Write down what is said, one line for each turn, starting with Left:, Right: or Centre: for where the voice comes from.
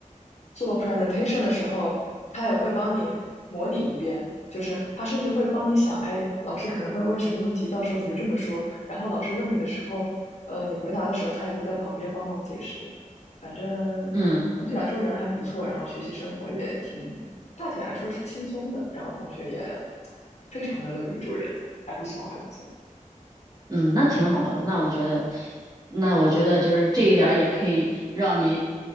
Left: 做 presentation 的时候，他也会帮你模拟一遍，就是他甚至会帮你想，哎，老师可能会问什么问题，到时候你就这么说。然后老师问你的时候，呃，你回答的时候，他也会在旁边帮忙解释。反正
Right: 嗯
Left: 总体来说人还不错，然后学习生活也挺，大体来说是轻松的，然后同学也非常的乐于助人，还不错，还不错。
Right: 嗯，那挺好的，那我觉得，那我觉得就是这一点儿也可以让你，